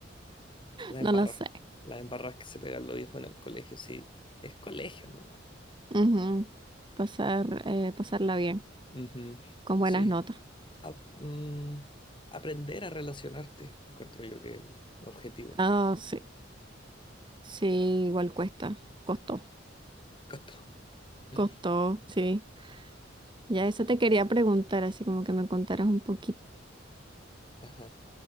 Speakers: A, on the left; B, on the right.
A: Las
B: no
A: embarras.
B: lo sé.
A: Las embarras que se pegan los viejos en el colegio, sí. Es colegio nomás.
B: Ujú. Pasar, eh, pasarla bien,
A: Ujú,
B: con buenas
A: Sí.
B: notas.
A: ap- mm, aprender a relacionarte, encuentro yo que es el objetivo.
B: Ah, sí. Sí, igual cuesta, costó,
A: con todo. <laughs>
B: costó, sí. Ya eso te quería preguntar, así como que me contaras un poquito
A: Ajá,